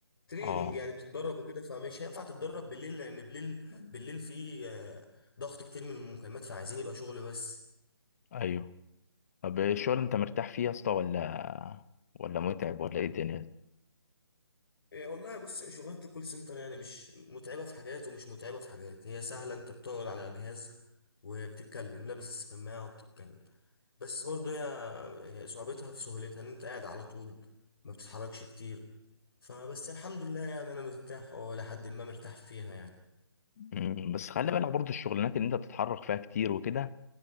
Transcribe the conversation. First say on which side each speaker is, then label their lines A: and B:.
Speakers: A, on the left (about 55°); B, on the left (about 35°).
A: تريننج
B: اه
A: يعني بتتدرب وكده فمش هينفع تتدرب بالليل لان بالليل بالليل في آه، ضغط كتير من المكالمات فعايزين يبقى شغل بس
B: ايوه طب إيه الشغل انت مرتاح فيه يا اسطى ولا ولا متعب ولا ايه الدنيا
A: إيه والله بص شغلانة الكول سنتر يعني مش متعبة في حاجات ومش متعبة في حاجات هي سهلة انت بتقعد على جهاز وبتتكلم لابس السماعة وبتتكلم بس برضه هي هي صعوبتها في سهولتها ان انت قاعد على طول ما بتتحركش كتير فبس الحمد لله يعني انا مرتاح لحد ما مرتاح فيها يعني
B: مم، بس خلي بالك برضه الشغلانات اللي انت بتتحرك فيها كتير وكده